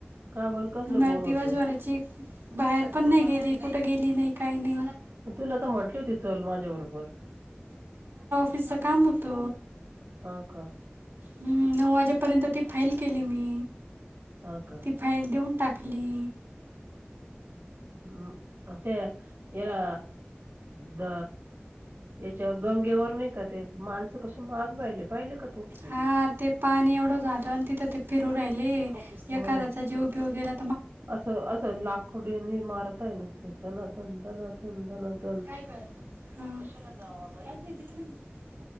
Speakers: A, on the right; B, on the right.
A: का बर कसलं
B: मला
A: बोर
B: दिवसभराची
A: होत
B: बाहेर पण नाही गेली कुठं गेली नाही काही नाही
A: तुला तर म्हंटली होती चल माझ्या बरोबर
B: पैसा काम होतो
A: हा का
B: हम्म नऊ वाजेपर्यंत ती फाईल केली मी
A: हा का
B: ती फाईल देऊन टाक खाली
A: हम् ते एरा द याच्यावर गंगेवर नाही का ते माणसं कस मारून राहिले पाहिले का तू
B: हा ते पाणी एवढं झालं आणि तिथं ते फिरू राहिले
A: हो
B: एखाद्याचा
A: ना
B: जेव उपयोगेला
A: असं असं लाखोड यांनी मारताय नसतं धनादन धनादन धनादन
B: ला